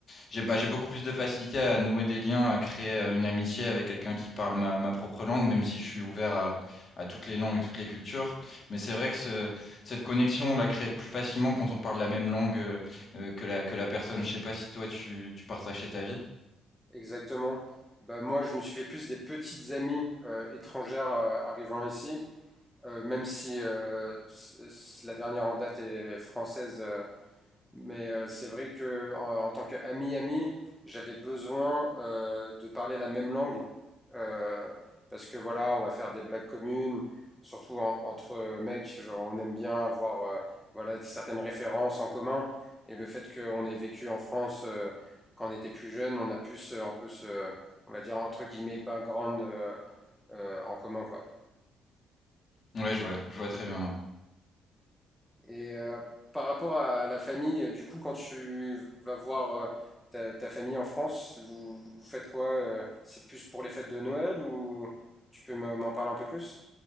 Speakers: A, on the left (about 30°); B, in the centre.
A: j'ai, bah, j'ai beaucoup plus de facilité à nouer des liens, à créer euh, une amitié avec quelqu'un qui parle ma, ma propre langue, même si je suis ouvert à à toutes les langues et toutes les cultures. Mais c'est vrai que ce- cette connexion, on la crée plus facilement quand on parle la même langue euh, euh, que la, que la personne. Je sais pas si toi tu, tu partageais ta vie.
B: Exactement. Bah, moi, je me suis fait plus des petites amies euh, étrangères euh, arrivant ici, Euh, même si euh, la dernière en date est française, euh, Mais euh, c'est vrai que en, en tant qu'ami-ami, j'avais besoin euh, de parler la même langue. euh, parce que voilà, on va faire des blagues communes, surtout en- entre mecs, genre, on aime bien avoir euh, voilà, certaines références en commun. Et le fait qu'on ait vécu en France euh, quand on était plus jeune, on a pu se, un peu se, on va dire, entre guillemets, background euh, euh, en commun, quoi.
A: Ouais, je vois, je vois très bien. ouais.
B: Et euh, par rapport à la famille, du coup, quand tu vas voir euh, ta, ta famille en France, vous, vous faites quoi? euh, C'est plus pour les fêtes de Noël ou tu peux me- m'en parler un peu plus?